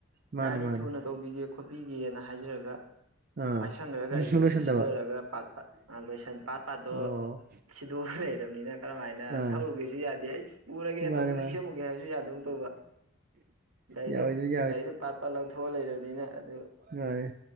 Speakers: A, on the right; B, on the right.
A: ꯃꯥꯅꯦ
B: ꯌꯥꯅꯤ
A: ꯃꯥꯅꯦ
B: ꯊꯨꯅ ꯇꯧꯕꯤꯒꯦ ꯈꯣꯠꯄꯤꯒꯦꯅ ꯍꯥꯏꯖꯔꯒ
A: ꯑꯥ
B: ꯄꯥꯏꯁꯪꯈ꯭ꯔ ꯒꯥꯔꯤꯗꯨꯣ
A: ꯁꯨꯡ ꯂꯣꯏꯁꯟꯗꯕ
B: ꯁꯤ ꯁꯤꯗꯔꯒ ꯄꯥꯛ ꯂꯣꯏꯁ ꯄꯥꯠ ꯄꯥꯠꯇꯣ
A: ꯑꯣ
B: ꯁꯤꯗꯣ ꯂꯩꯔꯕꯅꯤꯅ ꯀꯔꯝꯍꯥꯏꯅ
A: ꯑꯥ
B: ꯊꯧꯔꯨꯒꯦꯁꯨ ꯌꯥꯗꯦ ꯑꯩ ꯄꯨꯔꯒꯦ ꯑꯇꯣꯞꯄꯗ
A: ꯃꯥꯅꯦ ꯃꯥꯅꯦ
B: ꯁꯦꯝꯃꯨꯒꯦ ꯍꯥꯏꯕꯁꯨ ꯌꯥꯗꯕ ꯇꯧꯕ ꯒꯥꯔꯤꯗꯨ
A: ꯌꯥꯔꯣꯏꯗꯣꯏꯅꯤ
B: ꯒꯥꯔꯤꯗꯨ ꯄꯥꯠ ꯄ ꯂꯧꯊꯣꯛꯑ ꯂꯩꯔꯕꯅꯤꯅ ꯑꯗꯨ
A: ꯌꯥꯔꯦ